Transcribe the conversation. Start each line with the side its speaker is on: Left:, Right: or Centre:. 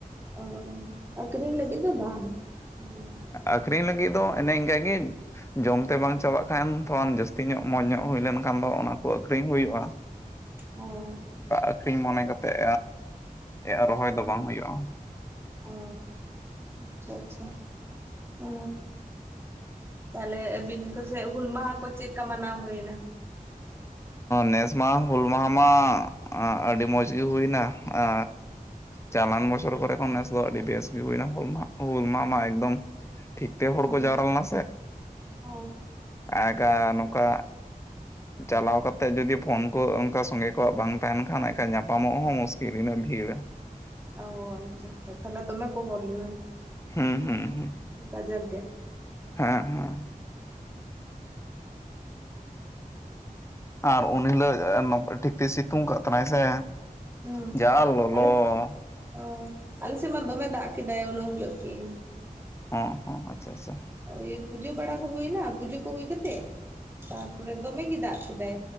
Right: ᱚ ᱚ ᱟᱹᱠᱷᱨᱤᱧ ᱞᱟᱹᱜᱤᱫ ᱫᱚ ᱵᱟᱝ ᱦᱮᱸ
Left: ᱟᱹᱠᱷᱨᱤᱧ ᱞᱟᱹᱜᱤᱫ ᱫᱚ ᱮᱱᱮ ᱤᱱᱠᱟ ᱜᱮ ᱡᱚᱢᱛᱮ ᱵᱟᱝ ᱪᱟᱵᱟᱜ ᱠᱷᱟᱱ ᱛᱷᱚᱲᱟᱱ ᱡᱟᱹᱥᱛᱤ ᱛᱤ ᱧᱚᱜ ᱢᱚᱸᱡᱽ ᱧᱚᱜ ᱦᱩᱭ ᱞᱮᱱᱠᱷᱟᱱ ᱫᱚ ᱚᱱᱟ ᱠᱚ ᱟᱠᱷᱨᱤᱧ ᱦᱩᱭᱩᱜᱼᱟ
Right: ᱚ
Left: ᱟᱠᱷᱨᱤᱧ ᱢᱚᱱᱮ ᱠᱟᱛᱮᱜ ᱟ ᱨᱚᱦᱚᱭ
Right: <inaudible>
Left: ᱫᱚ ᱵᱟᱝ ᱦᱩᱭᱩᱜᱼᱟ
Right: ᱚ ᱟᱪᱪᱷᱟ ᱟᱪᱪᱷᱟ ᱚ ᱛᱟᱦᱚᱞᱮ ᱟᱹᱵᱤᱱ ᱠᱚᱥᱮ ᱦᱩᱞ ᱢᱟᱦᱟ ᱠᱚ ᱪᱮᱫ ᱞᱮᱠᱟ ᱢᱟᱱᱟᱣ ᱦᱩᱭᱮᱱᱟ
Left: ᱱᱮᱥ ᱢᱟᱦᱟ ᱦᱩᱞ ᱢᱟᱦᱟ ᱢᱟ ᱟᱹᱰᱤ ᱢᱚᱡᱽ ᱜᱮ ᱦᱩᱭᱱᱟ ᱟ ᱪᱟᱞᱟᱱ ᱵᱚᱪᱚᱨ ᱠᱚᱨᱮᱠᱷᱚᱱ ᱱᱮᱥ <inaudible> ᱟᱹᱰᱤ ᱵᱮᱥ ᱜᱮ ᱦᱩᱭᱱᱟ ᱦᱩᱞ ᱢᱟ ᱦᱩᱞ ᱢᱟ ᱢᱟ ᱮᱠᱫᱚᱢ ᱴᱷᱤᱠ ᱛᱮ ᱦᱚᱲ
Right: ᱦᱚᱸ
Left: ᱠᱚ ᱡᱟᱣᱨᱟ ᱞᱮᱱᱟ
Right: ᱦᱚᱸ
Left: <inaudible> ᱟᱜᱟ ᱱᱚᱝᱠᱟ ᱪᱟᱞᱟᱣ ᱠᱟᱛᱮ ᱡᱩᱫᱤ ᱯᱷᱳᱱ ᱠᱚ ᱚᱱᱠᱟ ᱥᱚᱸᱜᱮ ᱠᱚᱣᱟᱜ ᱵᱟᱝ ᱛᱟᱦᱮᱱ ᱠᱷᱟᱱ ᱧᱟᱯᱟᱢᱚᱜ ᱦᱚᱸ ᱢᱩᱥᱠᱤᱞ ᱩᱱᱟᱹᱜ ᱵᱷᱤᱲ
Right: ᱚ ᱟᱪᱪᱷᱟ ᱟᱪᱪᱷᱟ ᱛᱟᱦᱚᱞᱮ ᱫᱚᱢ ᱠᱚ ᱦᱚᱲ ᱞᱮᱱᱟ
Left: ᱦᱩᱸ
Right: ᱦ
Left: ᱦᱩᱸ ᱦᱩᱸ
Right: ᱜᱟᱡᱟᱠ ᱜᱮ
Left: ᱦᱮᱸ ᱦᱮᱸ ᱟᱨ ᱩᱱ ᱦᱤᱞᱳᱜ ᱴᱷᱤᱠ ᱛᱮ ᱥᱤᱛᱩᱝ ᱠᱟᱜ ᱛᱟᱱᱟᱭ ᱥᱮ
Right: ᱦᱩᱸ
Left: ᱡᱟ ᱞᱚᱞᱚ
Right: ᱟᱞᱮ ᱥ ᱚ ᱟᱞᱮ ᱥᱮᱫ ᱢᱟ ᱫᱚᱢᱮ ᱫᱟᱜ ᱫᱟᱭ ᱱᱚᱦᱩᱞ ᱠᱤ <unintelligible>
Left: ᱦᱚᱸ ᱦᱚᱸ ᱟᱪᱪᱷᱟ ᱟᱪᱪᱷᱟ
Right: ᱳᱭ ᱯᱩᱡᱟᱹ ᱵᱟᱲᱟ ᱠᱚ ᱦᱩᱭᱱᱟ ᱯᱩᱡᱟᱹ ᱠᱚ ᱦᱩᱭ ᱠᱟᱛᱮᱫ ᱛᱟᱨᱯᱚᱨᱮ ᱫᱚᱢᱮᱜᱮᱭ ᱫᱟᱜ ᱠᱮᱫᱟᱭ